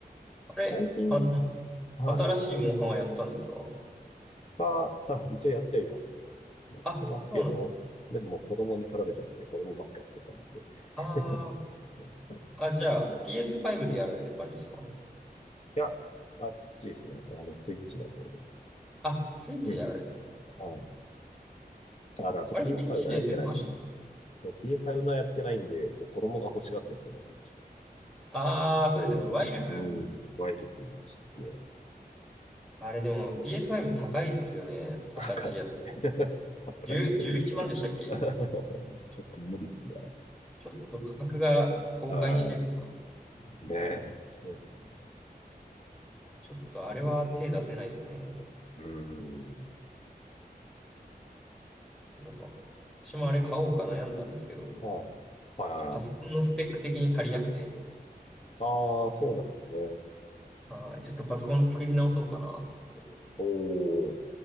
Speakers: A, in the centre; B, on the left.
A: あれ、
B: 最近、
A: あの、
B: はい。
A: 新しいモンハンはやったんですか
B: は、あ、一応やってはいますね。やってますけど、
A: あ、そうなんです。
B: でももう子供に取られちゃって、子供ばっかやってる感じで。
A: あ
B: <laughs> そうそう。い
A: あ、あ、じゃあ PS5 でやられてる感じですか
B: や、あっちですね。あの、スイッチの方で。
A: あ、スイッチでやられてる。
B: うん。あの、あ、だからそう
A: あれ、
B: PS5
A: スイッチで出てましたっけ
B: はやってないですね。そう、PS5 のはやってないんで、そう、子供が欲しがってるんですよね、スイッチ。
A: ああー、
B: そう、
A: そうですよね。ワイルズ。
B: うん、ワイルズでしたっけ
A: あれでも PS5 高いっすよね。新しいやつ。
B: 高いっすね。<laughs> 高いっすよ、
A: 10、11万でしたっけ
B: 本当に <laughs> ちょっと無理っすね。
A: ちょっと価格が崩壊してるな。
B: ああ、ねえ、そうですね。
A: ちょっとあれは手出せないですね。
B: うん。
A: なんか、私もあれ買おうか悩んだんですけど、
B: はい。はいはいはい。
A: パソコンのスペック的に足りなくて、
B: ああ、そうなんですね。
A: はい、ちょっとパソコン作り直そうかなと思って
B: おー、